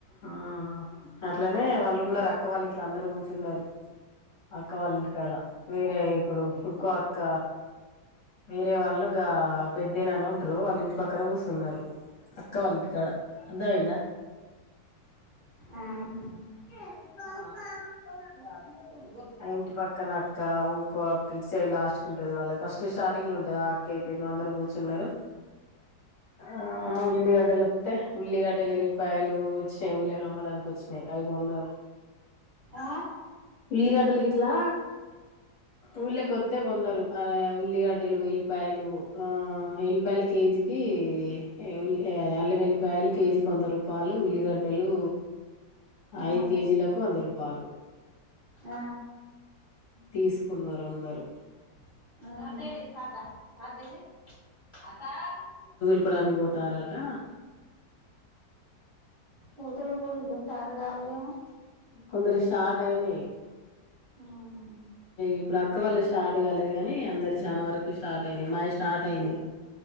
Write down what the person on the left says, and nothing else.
ఆ అట్లనే వాళ్ళున్నారు అక్క వాళ్ళు ఇట్ల అందరూ కూర్చున్నారు అక్క వాళ్ళ ఇంటికాడ వేరే ఇప్పుడు ఇంకో అక్క వేరే వాళ్ళు గా పెద్దేనాన్న ఉంటరు వాళ్ళు ఇంటి ప క్కర కూసున్నారు అక్క వాళ్ళింటికాడ అర్థమయ్యిందా
ఆ ఆ ఇంటి పక్కన అక్క ఇంకోక్ ఇట్ సైడ్ లాస్ట్ ఉంటది వాళ్ళ ఫస్ట్ స్టార్టింగ్ లో ఉంటది ఆ అక్క అయితే అందరు కూర్చున్నారు ఆ ఉల్లిగడ్డలు వత్తే ఉల్లిగడ్డలు వెల్లిపాయలు వచ్చినాయి ఊర్లోకి అమ్మడానికి వచ్చినాయి అయి కొన్నారు
ఉల్లిగడ్డలు గిట్లా ఊళ్ళోకొస్తే కొన్నారు ఉల్లిగడ్డలు ఎల్లిపాయలు ఆ ఎల్లిపాయలు కేజీకి కి అల్లం ఎల్లి పాయలు కేజీ కి వంద రూపాయలు ఉల్లిగడ్డలు
ఐదు కేజీలకు వంద రూపాయలు
తీసుకున్నారు అందరూ
ఇప్పుడు అని పోతారట
కొందరి స్టార్ట్ అయినాయి
ఇప్పుడు అక్క వాళ్ళకి స్టార్ట్ కాలేదు కానీ అందరు చానా వరకు స్టార్ట్ అయినాయి మావి స్టార్ట్ అయినాయి